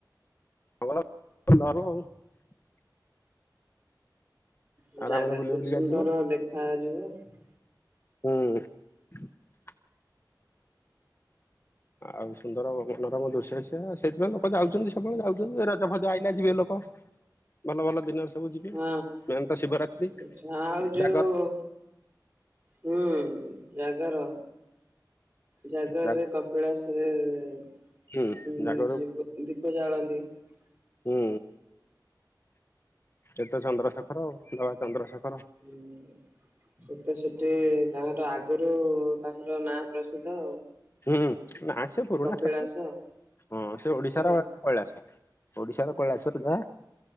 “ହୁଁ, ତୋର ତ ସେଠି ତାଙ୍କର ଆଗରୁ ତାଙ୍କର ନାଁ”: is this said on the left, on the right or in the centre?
Right